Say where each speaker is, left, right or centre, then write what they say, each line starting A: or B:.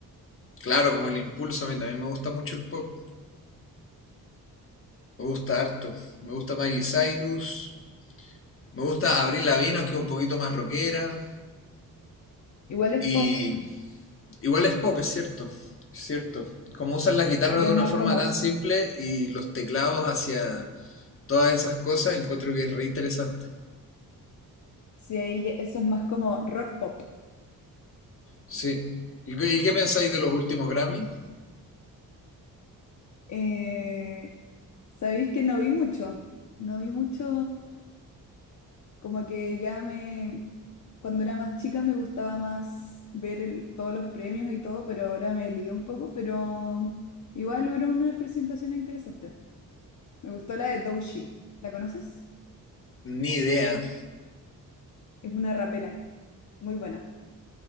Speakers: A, on the left (about 35°); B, on the left (about 55°).
A: Claro, como el impulso, a mí también me gusta mucho el pop. Me gusta harto. Me gusta Miley Cyrus. Me gusta Avril Lavigne, aunque un poquito más rockera.
B: Igual es
A: Y
B: pop,
A: Igual es pop, es cierto. Es cierto. Como usan las guitarras
B: pero
A: de
B: es
A: una
B: más
A: forma
B: como
A: tan simple y los teclados hacia todas esas cosas, encuentro que es re interesante.
B: Sí, ahí ya- eso es más como rock pop.
A: Sí. ¿Y qué, y qué pensáis de los últimos Grammy?
B: Eh, sabéis que no vi mucho, no vi mucho, como que ya me, cuando era más chica me gustaba más ver el- todos los premios y todo, pero ahora me ligué un poco, pero igual hubieron unas presentaciones interesantes. Me gustó la de Doechii, ¿la conoces?
A: Ni idea.
B: Es una rapera, muy buena.